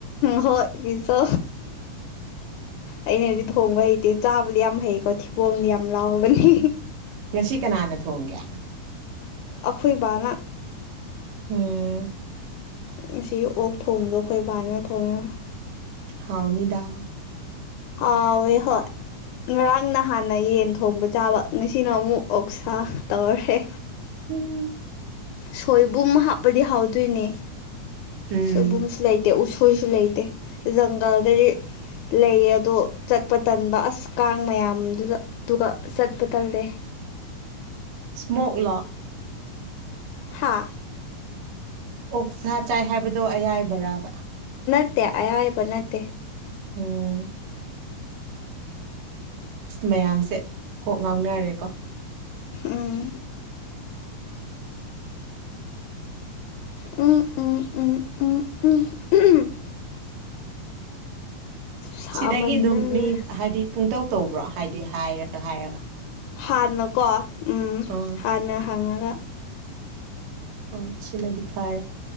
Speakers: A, on the left (about 75°); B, on the right (about 80°).
A: ꯍꯣꯏ ꯄꯤꯁ ꯑꯩꯅꯗꯤ ꯊꯣꯡꯕ ꯍꯩꯇꯦ ꯆꯥꯕꯗꯤ ꯌꯥꯝ ꯍꯩꯀꯣ ꯊꯤꯕꯣꯡꯗꯤ ꯌꯥꯝ ꯂꯥꯎꯕꯅꯤ
B: ꯉꯁꯤ ꯀꯅꯥꯅ ꯊꯣꯡꯒꯦ
A: ꯑꯩꯈꯣꯏꯕꯅ
B: ꯎꯝ
A: ꯑꯁꯤ ꯑꯣꯛ ꯊꯣꯡꯕꯗꯣ ꯑꯩꯈꯣꯏ ꯄꯥꯅꯅ ꯊꯣꯡꯉꯦ
B: ꯍꯥꯎꯅꯤꯗꯥ
A: ꯍꯋꯦ ꯍꯣꯏ
B: <inaudible>
A: ꯉꯔꯥꯡ ꯅ ꯍꯥꯟꯅ ꯌꯦꯟ ꯊꯣꯡꯕ ꯆꯥꯕ ꯉꯁꯤꯅ ꯑꯃꯨꯛ ꯑꯣꯛꯁꯥ ꯇꯧꯔꯔꯦ
B: ꯎꯝ
A: ꯁꯣꯏꯕꯨꯝ ꯍꯥꯞꯄꯗꯤ ꯍꯥꯎꯗꯣꯏꯅꯤ
B: ꯎꯝ
A: ꯁꯣꯏꯕꯨꯝꯁꯨ ꯂꯩꯇꯦ ꯑꯩꯈꯣꯏꯁꯨ ꯂꯩꯇꯦ ꯖꯪꯒꯜꯗꯗꯤ ꯂꯩꯌꯦ ꯑꯗꯣ ꯆꯠꯄ ꯇꯟꯕ ꯑꯁ ꯀꯥꯡ ꯃꯌꯥꯝꯗꯨꯗ ꯑꯗꯨꯒ ꯆꯠꯄ ꯇꯜꯂꯦ
B: ꯏꯁꯃꯣꯛꯂꯥꯛ
A: ꯍꯥ
B: ꯑꯣꯛ ꯁꯥ ꯆꯥꯏ ꯍꯥꯏꯕꯗꯣ ꯑꯌꯥꯏꯕ꯭ꯔꯕ
A: ꯅꯠꯇꯦ ꯑꯌꯥꯕ ꯅꯠꯇꯦ
B: ꯎꯝ ꯃꯌꯥꯝꯁꯦ ꯀꯣꯛ ꯉꯥꯡꯅꯔꯦꯀꯣ ꯎ
A: ꯎꯝ ꯎꯝ ꯎꯝ ꯎꯝ ꯎꯝ ꯎꯝ ꯁꯥꯃꯟꯗꯅ
B: ꯁꯤꯗꯒꯤ ꯑꯗꯨꯝ ꯃꯤ
A: ꯂꯣꯏꯔꯦ
B: ꯍꯥꯏꯗꯤ ꯄꯨꯡꯇꯧ ꯇꯧꯕ꯭ꯔꯣ ꯍꯥꯏꯕꯗꯤ ꯍꯥꯏꯔꯒ ꯍꯥꯏꯔꯒ
A: ꯍꯥꯟꯅꯀꯣ ꯎꯝ
B: ꯑꯥ
A: ꯍꯥꯟꯅ ꯍꯪꯉꯒ
B: ꯍꯣꯏ ꯁꯤꯅꯗꯤ ꯐꯔꯦ